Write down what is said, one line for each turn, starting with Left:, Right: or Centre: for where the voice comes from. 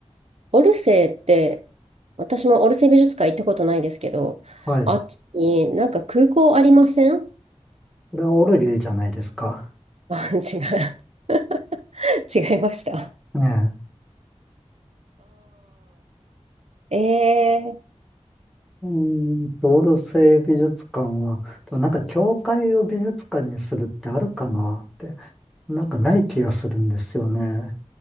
Right: オルセーって、私もオルセー美術館行ったことないですけど、
Centre: はい。
Right: あっちになんか空港ありません
Centre: これはオルリーじゃないですか。
Right: <laughs> あ、違う。<laughs> 違いました。
Centre: ね。え。
Right: ああ、ええ
Centre: うーんと、オルセイ美術館は、でもなんか教会を美術館にするってあるかなって、なんかない気がするんですよね。